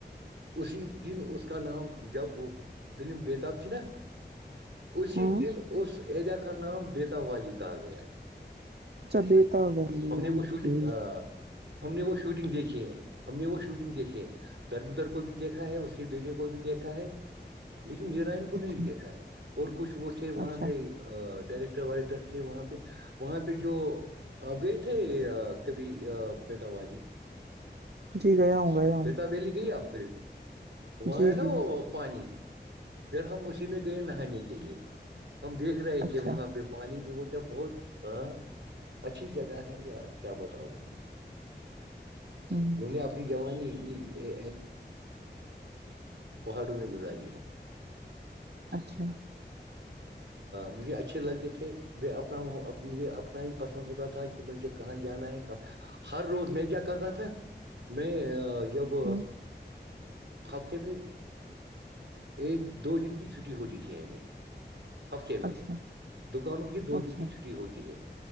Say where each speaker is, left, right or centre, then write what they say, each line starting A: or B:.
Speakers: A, on the right; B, on the right.
A: اسی دن اس کا نام جب وہ فلم بیےتاب تھی نا اسی
B: ہوں
A: دن اس ایریا کا نام بیتا وادی کہا گیا
B: چبے ت ولی
A: ہم
B: ہو
A: نے وہ شوٹنگ
B: کہ
A: آ، ہم نے وہ شوٹنگ دیکھی ہے ہم نے وہ شوٹنگ دیکھی ہے درب در کو بھی دیکھا ہے اس کے بیٹے کو بھی دیکھا ہے لیکن ہیرائن
B: اچھا
A: کو نہیں دیکھا ہے اور کچھ وہ تھے وہاں
B: اچھا
A: پہ ڈائریکٹر وائریکٹر تھے وہاں پہ وہاں پہ جو آپ گئے تھے کبھی متاباجی
B: جی گیا ہوں گیا ہوں
A: بیتا ویلی کہ ہی آپ کے
B: جی
A: وہاں ہے نا
B: جی
A: وہ پانی پھر ہم اسی میں گئے نہانے کے لیے ہم دیکھ رہے
B: اچھا
A: تھے وہاں پہ پانی بھی ہوتا ہے بہت ہ اچھی جگہ ہے یا کیا بتاؤ میں
B: ہوں
A: میں نے اپنی جوانی پہاڑوں میں گزاری ہے
B: اچھا
A: مجھے اچھے لگتے تھے میں اپنا مجھے اپنا ہی پسند ہوتا تھا کہ مجھے کہاں جانا ہے کہاں ہر روز میں کیا کرتا تھا میں جب
B: ہوں
A: ہفتے میں ایک دو دن کی چھٹی ہوتی تھی ایں ہفتے میں
B: اچھا
A: دکانوں کی دو
B: اچھا
A: دن کی چھٹی ہوتی ہے